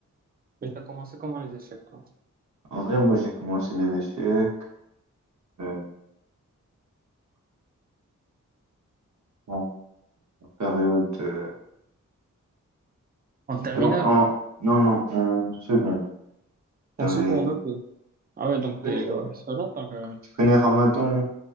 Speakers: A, on the right (about 30°); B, on the right (about 60°).
A: Mais t'as commencé comment les échecs, toi?
B: En vrai, moi, j'ai commencé les échecs. euh, en période. euh,
A: En terminale?
B: en- non, non, en seconde.
A: En
B: Il y avait-
A: seconde,
B: Tu
A: ok. Ah ouais, donc
B: connais,
A: t'es... Ouais, ça fait longtemps, quand même.
B: tu connais Ramadan?